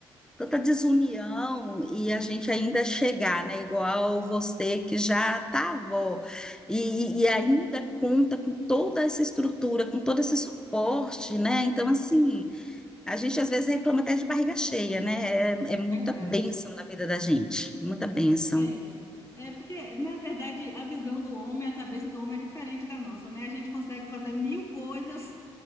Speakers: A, in the centre; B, on the left.
A: tanta desunião e a gente ainda chegar, né? Igual você que já tá avó e, e ainda conta com toda essa estrutura, com todo esse suporte, né? Então, assim, a gente às vezes reclama até de barriga cheia, né? É, é muita
B: É verdade.
A: bênção na vida da gente, muita bênção.
B: É. É porque, na verdade, a visão do homem, a cabeça do homem é diferente da nossa, né? A gente consegue fazer mil coisas,